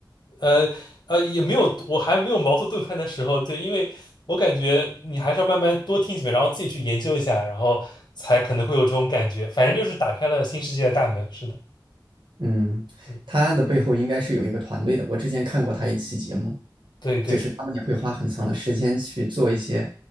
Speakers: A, on the left (about 65°); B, on the right (about 85°).
A: 呃呃，也没有，我还没有茅塞顿开的时候，对，因为我感觉你还是要慢慢多听几遍，然后自己去研究一下，然后才可能会有这种感觉。反正就是打开了新世界的大门，是的，
B: 嗯，
A: 嗯，
B: 他的背后应该是有一个团队的，我之前看过他一期节目。
A: 对对
B: 就是他们也会花很长的时间去做一些，